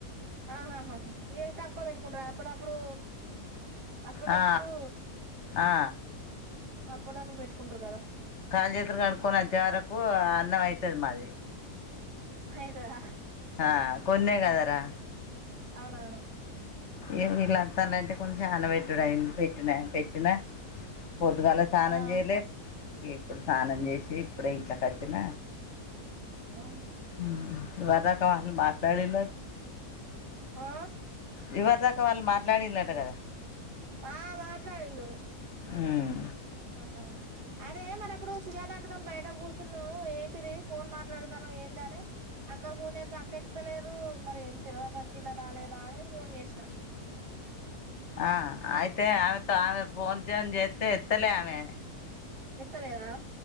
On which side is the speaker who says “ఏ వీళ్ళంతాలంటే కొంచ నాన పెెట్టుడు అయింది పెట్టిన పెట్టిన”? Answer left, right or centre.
Left